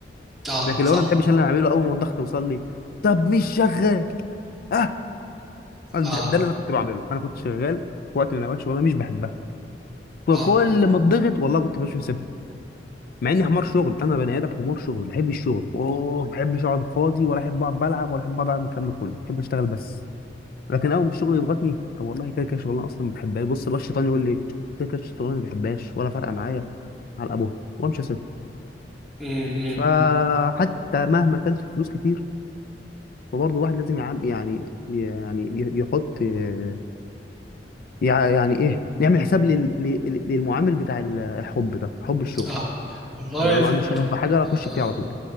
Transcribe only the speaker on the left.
لكن لو
انا ما بحبش اللي انا بعمله اول ما الضغط يوصل لي طب مش شغال اه ده
ده اللي انا كنت بعمله انا كنت شغال في وقت من اوقات شغلانه مش بحبها فكل
ما اتضغط والله كنت بشوف سبب مع اني حمار شغل انا بني ادم حمار شغل بحب الشغل اوه ما بحبش اقعد فاضي ولا احب اقعد بلعب ولا احب اقعد اعمل الكلام ده كله بحب اشتغل بس لكن اول ما الشغل يضغطني طب والله كده كده شغلانه اصلا ما بحبهاش بص بقى الشيطان يقول لي إيه؟ كده كده الشغلانه ما بحبهاش ولا فارقه معايا على ابوها وامشي اسيبها
فحتى مهما كانت الفلوس كتير فبرضه الواحد لازم يعم- يعني يعني ي- يحط آه، يع- يعني ايه يعمل حساب لل- لل- للمعامل بتاع ال- الحب ده حب الشغل
يعني انا لو
عندي شغف بحاجه اخش فيها
على طول